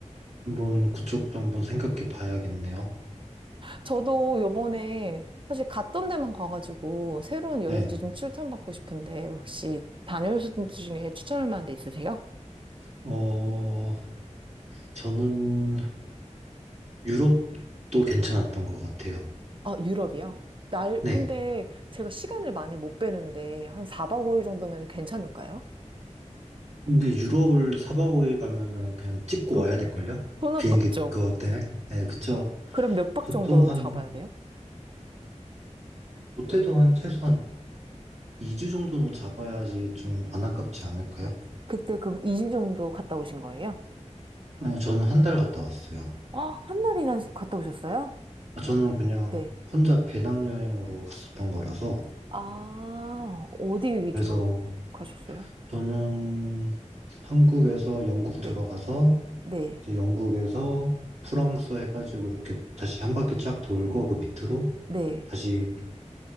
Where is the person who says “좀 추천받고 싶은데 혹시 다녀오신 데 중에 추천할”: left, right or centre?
Right